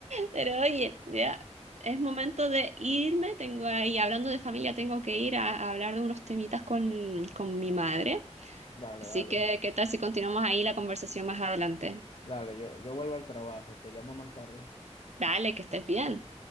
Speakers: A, on the right; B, on the left.
A: Pero oye, ya es momento de irme. Tengo ahí, hablando de familia, tengo que ir a, a hablar de unos temitas con, con mi madre.
B: Dale,
A: Así
B: dale.
A: que, ¿qué tal si continuamos ahí la conversación más adelante?
B: Dale, yo, yo vuelvo al trabajo, te llamo más tarde.
A: Dale, que estés bien.